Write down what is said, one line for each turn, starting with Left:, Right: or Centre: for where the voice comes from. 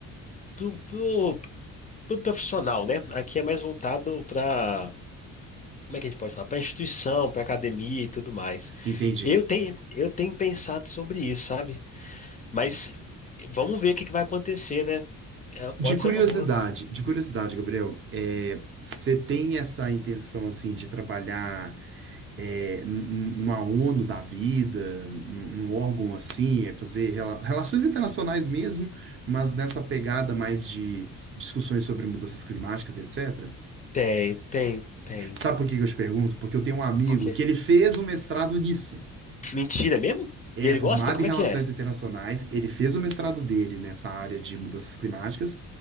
Left: pro, pro, pro profissional, né? Aqui é mais voltado para, como é que a gente pode falar? Para instituição, para academia e tudo mais.
Right: entendi.
Left: Eu tenho, eu tenho pensado sobre isso, sabe? Mas vamos ver o que que vai acontecer, né? É, pode
Right: De curiosidade,
Left: ser uma boa.
Right: de curiosidade, Gabriel, é, você tem essa intenção assim de trabalhar é, n- n- numa ONU da vida, num num órgão assim, é fazer rela- relações internacionais mesmo, mas nessa pegada mais de discussões sobre mudanças climáticas, etc.
Left: Tem, tem, tem.
Right: Sabe por que que eu te pergunto? Porque eu tenho um amigo
Left: Por quê?
Right: que ele fez um mestrado nisso.
Left: Mentira mesmo?
Right: Ele
Left: E ele
Right: é formado
Left: gosta? Como
Right: em Relações
Left: é que é?
Right: Internacionais, ele fez o mestrado dele nessa área de mudanças climáticas